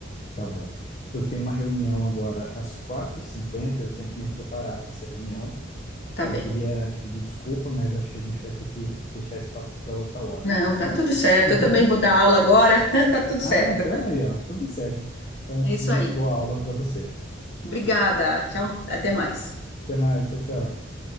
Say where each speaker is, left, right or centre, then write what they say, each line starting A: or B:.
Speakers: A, on the left; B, on the left.
A: Tá bom. Eu tenho uma reunião agora às quatro e cinquenta eu tenho que me preparar para essa reunião.
B: Tá
A: Eu
B: bem.
A: queria te pedir desculpa, mas eu acho que a gente vai ter que deixar esse papo para outra hora,
B: Não,
A: tá
B: tá
A: bom?
B: tudo certo.
A: <laughs>
B: Eu também vou dar aula agora. <laughs> Tá tudo
A: Ah,
B: certo.
A: então aí, ó, tudo certo. Então,
B: É isso
A: muito
B: aí.
A: boa aula para você.
B: Obrigada. Tchau. Até mais.
A: Até mais, tchau, tchau.